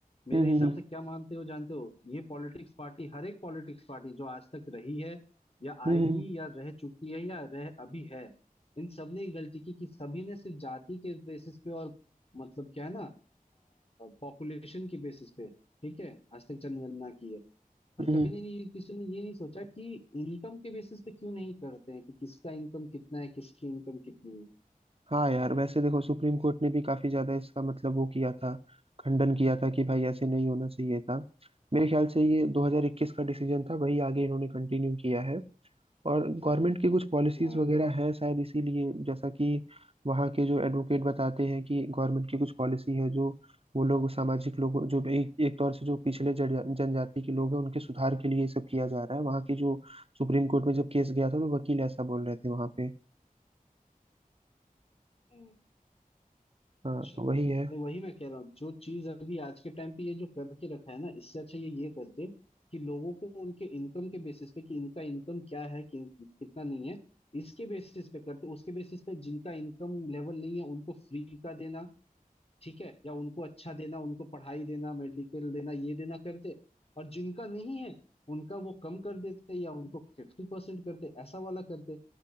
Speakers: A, on the left; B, on the right.
A: मेरे
B: हम्म
A: हिसाब
B: हम्म
A: से क्या मानते हो जानते हो ये पॉलिटिक्स पार्टी हर एक पॉलिटिक्स पार्टी जो आज तक रही है या
B: हम्म
A: आएगी या रह चुकी है या रह अभी है इन सब ने ये गलती की कि सभी ने सिर्फ जाति के बेसिस पे और मतलब क्या है ना पॉपुलेशन के बेसिस पे ठीक है आज तक जनगणना की है और
B: हम्म,
A: कभी
B: हम्म।
A: नहीं किसी ने ये नहीं सोचा कि इनकम के बेसिस पे क्यों नहीं करते हैं कि किसका इनकम कितना है किसकी इनकम कितनी है
B: हाँ यार वैसे देखो सुप्रीम कोर्ट ने भी काफी ज्यादा इसका मतलब वो किया था खंडन किया था कि भाई ऐसे नहीं होना चाहिए था मेरे ख्याल से ये 2021 का डिसीजन था वही आगे इन्होंने कंटिन्यू किया है और गवर्नमेंट की कुछ पॉलिसीज
A: हाँ
B: वगैरह हैं शायद इसीलिए जैसा कि वहाँ के जो एडवोकेट बताते हैं कि गवर्नमेंट की कुछ पॉलिसी है जो वो लोग सामाजिक लोगों जो एक एक तौर से जो पिछले जनजा- जनजाति के लोग हैं उनके सुधार के लिए ये सब किया जा रहा है वहाँ की जो सुप्रीम कोर्ट में जब केस गया था तो वकील ऐसा बोल रहे थे वहाँ पे
A: हाँ, अच्छा
B: हाँ तो वही है
A: नहीं वही मैं कह रहा हूँ जो चीज अभी आज के टाइम पे ये जो करके रखा है ना इससे अच्छा ये ये करते कि लोगों को उनके इनकम के बेसिस पे कि इनका इनकम क्या है कि कितना नहीं है इसके बेसिस पे करते उसके बेसिस पे जिनका इनकम लेवल नहीं है उनको फ्री का देना ठीक है या उनको अच्छा देना उनको पढ़ाई देना मेडिकल देना ये देना करते और जिनका नहीं है उनका वो कम कर देते या उनको फिफ्टी परसेंट करते ऐसा वाला करते